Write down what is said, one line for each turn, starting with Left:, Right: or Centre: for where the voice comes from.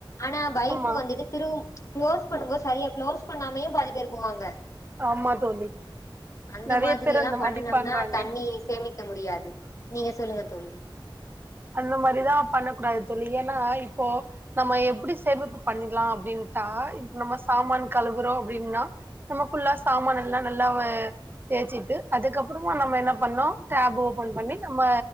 Left: ஆனா பைப்பு
Right: ஆமா
Left: வந்துட்டு திருவு ச் குளோஸ் பண்ணு போது சரியா குளோஸ் பண்ணாமே பா போங்க
Right: ஆமா தோழி
Left: அந்த
Right: நெறைய
Left: மாரி
Right: பேர்
Left: எல்லா
Right: அந்த
Left: பண்ணனும்னா
Right: மாரி பண்றாங்க
Left: தண்ணி சேமிக்க முடியாது நீங்க சொல்லுங்க தோழி
Right: அந்த மாரிதா பண்ணக்கூடாது தோழி ஏன்னா இப்போ நம்ம எப்டி சேமிப்பு பண்ணிக்கலாம் அப்டின்ட்டா இப்ப நம்ம சாமான் கழுவுறோ அப்டின்னா நம்ம ஃபுல்லா சாமான் எல்லா நல்லாவ தேய்ச்சிட்டு அதுக்கப்பறமா நம்ப என்ன பண்ணோ டேப் ஓபன் பண்ணி நம்ம